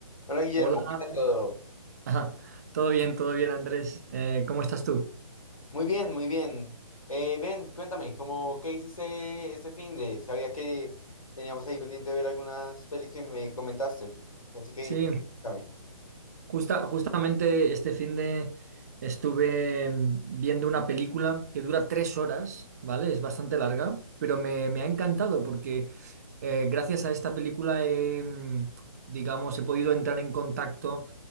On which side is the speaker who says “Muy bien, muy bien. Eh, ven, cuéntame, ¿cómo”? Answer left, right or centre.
Left